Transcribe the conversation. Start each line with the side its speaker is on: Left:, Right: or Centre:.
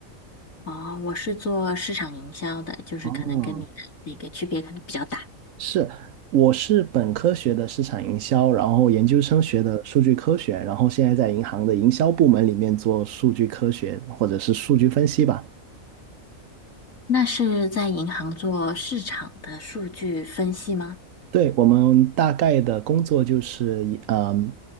Left: 哦，我是做市场营销的，就是可能跟你的那个区别可能比较大。
Right: 哦，是，我是本科学的市场营销，然后研究生学的数据科学，然后现在在银行的营销部门里面做数据科学或者是数据分析吧。
Left: 那是在银行做市场的数据分析吗？
Right: 对，我们大概的工作就是以嗯，